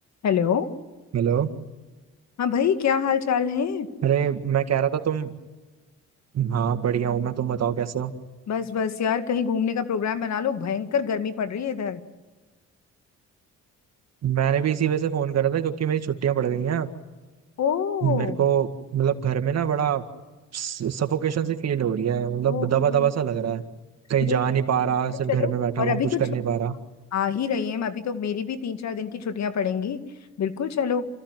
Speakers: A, on the left; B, on the right.
A: Hello
B: Hello
A: हाँ भाई क्या हाल चाल है
B: अरे मैं कह रहा था तुम हाँ बढ़िया हूँ मैं तुम बताओ कैसे हो
A: बस बस यार कहीं घूमने का प्रोग्राम बना लो भयंकर गर्मी पड़ रही है इधर
B: मैंने भी इसी वजह से फोन करा था क्योंकि मेरी छुट्टियां पड़ गई हैं
A: ओ
B: मेरे को मतलब घर में ना बड़ा सफोकेशन सी फील हो रही है मतलब
A: ओहो
B: दबा दबा सा लग रहा है कहीं
A: नहीं
B: जा
A: नहीं
B: नहीं पा रहा
A: चलो
B: सिर्फ घर
A: चलो
B: में बैठा
A: और
B: हुआ
A: अभी
B: हूँ कुछ
A: तो छुट्टियां
B: कर नहीं पा रहा
A: आ ही रही हैं अभी तो मेरी भी तीन चार दिन की छुट्टियां पड़ेंगी बिल्कुल चलो